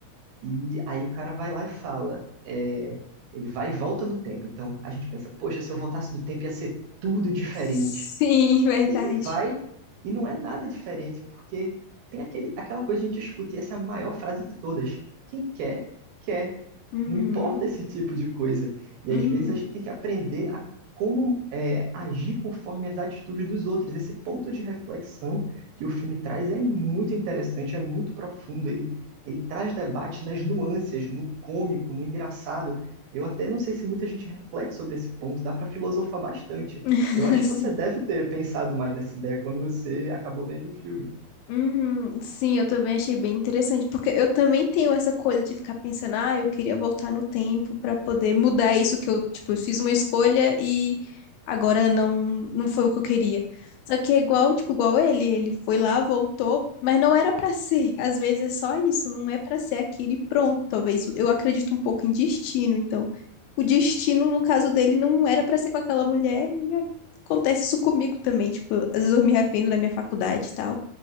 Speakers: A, on the right; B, on the left.
A: E aí o cara vai lá e fala: é, ele vai e volta no tempo. Então a gente pensa: poxa, se eu voltasse no tempo ia ser tudo diferente.
B: sim, verdade.
A: E ele vai e não é nada diferente, porque tem aquele, aquela coisa que a gente escuta, e essa é a maior frase de todas. Quem quer, quer.
B: Uhum,
A: Não importa esse tipo de coisa. E
B: uhum.
A: às vezes a gente tem que aprender a como é, agir conforme as atitudes dos outros. Esse ponto de reflexão que o filme traz é muito interessante, é muito profundo. Ele, ele traz debate nas nuances, no cômico, no engraçado. Eu até não sei se muita gente reflete sobre esse ponto, dá para filosofar bastante.
B: <laughs>
A: Eu acho que
B: Sim.
A: você deve ter pensado mais nessa ideia quando você acabou vendo o filme.
B: Uhum, sim, eu também achei bem interessante, porque eu também tenho essa coisa de ficar pensando, ah, eu queria voltar no tempo pra poder mudar isso que eu, tipo, eu fiz uma escolha e agora não não foi o que eu queria. Só que é igual, tipo, igual ele, ele foi lá, voltou, mas não era pra ser. Às vezes é só isso, não é pra ser aquilo e pronto. Talvez eu acredito um pouco em destino, então o destino no caso dele não era pra ser com aquela mulher e acontece isso comigo também, tipo, às vezes eu me arrependo da minha faculdade e tal.